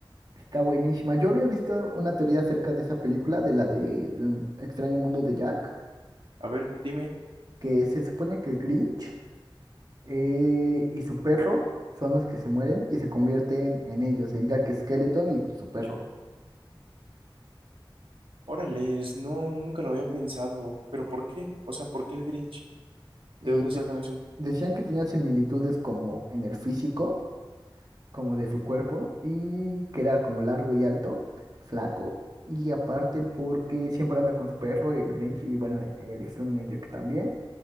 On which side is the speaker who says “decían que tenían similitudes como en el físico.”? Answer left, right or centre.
Right